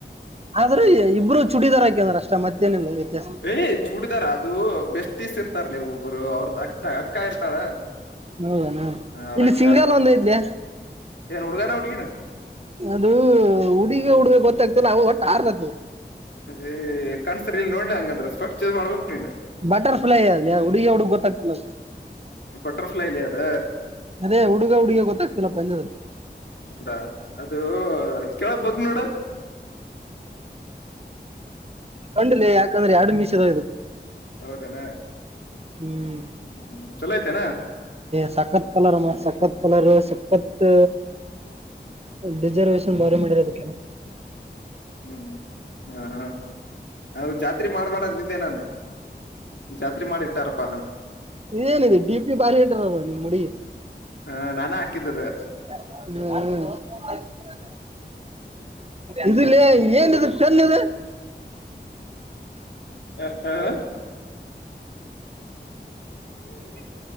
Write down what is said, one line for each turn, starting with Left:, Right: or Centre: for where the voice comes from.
Right: ಆದರೂ ಇಬ್ಬರು ಚುಟಿದಾರ ಹಂಕೇದಾರ ಅಷ್ಟ ಮತ್ತೇನಿಲ್ಲ ವ್ಯತ್ಯಾಸ
Left: ಏ ಚೂಡಿದಾರ ಅದು ಬೆಸ್ಟ್ಟೀಸ್ ಇರ್ತಾರ ಲೇ ಒಬ್ಬರು ಅವ್ರ ಅಕ್ಕ ಇರ್ತಾಳ
Right: ಹೌದನಾ
Left: ಹ ಅವರಕ್ಕ
Right: ಇಲ್ಲಿ ಸಿಂಗಲ್
Left: ಅದು
Right: ಒಂದ್ ಐತ್ಲೆ
Left: ಏನ್ ಹುಡುಗನ ಹುಡುಗಿನ
Right: ಅದು ಹುಡುಗ ಹುಡುಗಿ ಗೊತ್ತಾಗ್ತಿಲ್ಲ ಅವವು ಒಟ್ಟ ಆರ್ತುತಿ
Left: ಏ ಕಾಣ್ಸ್ತ ಇಲ್ ನೋಡ್ಲಿ ಹಂಗಂದ್ರ ಸ್ಪೆಕ್ಟ್ ಚೇಂಜ್ ಮಾಡ್ಬೇಕ್ ನೀನು
Right: ಬಟರ್ಫ್ಲೈ ಅದ ಹುಡುಗ ಹುಡುಗಿ ಗೊತ್ತಾಗತ
Left: ಬಟರ್ಫ್ಲೈಲಿ ಅದ
Right: ಅದೇ ಹುಡುಗ ಹುಡುಗಿ ಗೊತ್ತಾಗ್ತಿಲ್ಲ ಪಂದ್ಯಅದ್ದ
Left: ಹೌದಾ ಅದು ಕೆಳಗ ಬಗ್ ನೋಡ
Right: ಕಂಡ ಲೇ ಯಾಕಂದ್ರೆ ಎರಡು ಮಿಷಿದವ ಇದಕ
Left: ಹೌದನಾ
Right: ಹ್ಮ್
Left: ಹ್ಮ್ ಚಲೋ ಐತೇನ
Right: ಸಖತ್ ಕಲರ್ ಮ ಸಖತ್ ಕಲರ್ ಸಖತ್ ರಿಸರ್ವೇಶನ್ ಭಾರಿ ಮಾಡಿರ ಇದಕ್ಕೆ
Left: ಹ್ಮ್ ಹಾ ಹಾ ಹೌದ ಜಾತ್ರೆ ಮಾಡಬೇಡ ಅಂದಿದ್ದೆ ನಾನು ಜಾತ್ರೆ ಮಾಡಿಟ್ಟಾರಪ್ಪ ಅದನ್
Right: ಇದ ಏನದ ಡಿ ಪಿ ಬಾರಿ ಇಟ್ಟರಲ್ಲ ನಿಮ್ ಹುಡಿಗಿ
Left: ಹ ನಾನ ಹಾಕಿದ್ದದ
Right: ಹ್ಮ್ ಹು ಇದ ಲೇ ಏನ ಇದ ಪೆನ್ನ ಇದ
Left: ಹ್ಮ ಹ್ಮ್್ಮ <unintelligible>